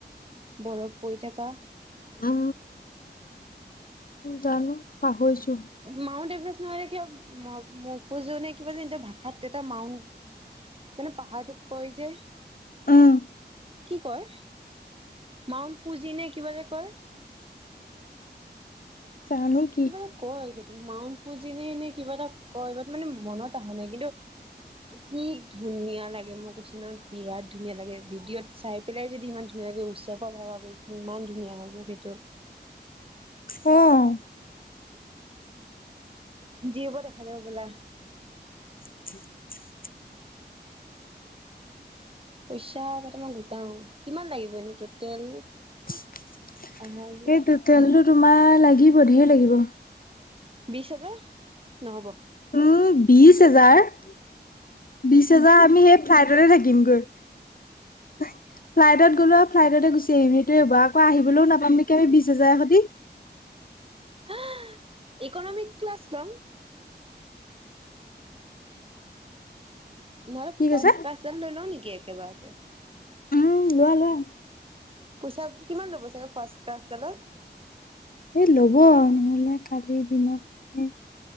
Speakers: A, on the right (about 30°); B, on the left (about 55°).
A: বৰফ আহ।
B: আ, জানো পাহৰিছোঁ।
A: মাউণ্ট এভাৰেষ্ট নহলে কিয় মফুজুনে কিবা ইন্তৰ ভাষাত এটা মাউ মানে পাহাৰটোক কয় যে
B: অ',
A: কি কয় মাউণ্ট ফুজি নে কিবা যে কয়?
B: জানো কি?
A: কিবা এটা কয় সেইটো মাউণ্ট ফুজিনে নে -নে কিবা এটা কয় বাত মানে মনত আহা নাই কিন্তু কি ধুনীয়া লাগে মই কৈছো নহয় বিৰাট ধুনীয়া লাগে ভিডিঅ'ত চাই পেলাই যদি ইমান ধুনীয়া লাগে ওচৰ পা ভাৱা বে কিমানধুনীয়া হ'ব সেইটো।
B: অ',
A: যি হ'ব দেখা যাব ব'লা।
B: <inaudible>
A: পইচা কেইটামান গোটাওঁ। কিমান লাগিব এনে টোটেল?
B: সেই
A: আহা যোৱা
B: তেলটো তোমাৰ লাগিব ধেৰ লাগিব।
A: বিছ হাজাৰ? নহ'ব।
B: উম, বিছ হেজাৰ -বিছ হেজাৰ আমি সেই ফ্লাইটতে থাকিম গৈ ফ্লাইটত গলো আও ফ্লাইটতে গুচি আহিম সেইটোৱে বা আকৌ আহিবলৈও নাপাম নেকি আমি বিছ হাজাৰে সতি?
A: <unintelligible> ইকনমিক ক্লাছ লম। নহ'লে
B: কি
A: ফাষ্ট
B: কৈছা
A: ক্লাছত লৈ লওঁ নেকি একে বাৰতে।
B: উম, লোৱা-লোৱা।
A: পইচা কিমান ল'ব চাগে ফাষ্টক্লাছ ডালত।
B: এ ল'ব আও নহ'লে আজিৰ দিনত এ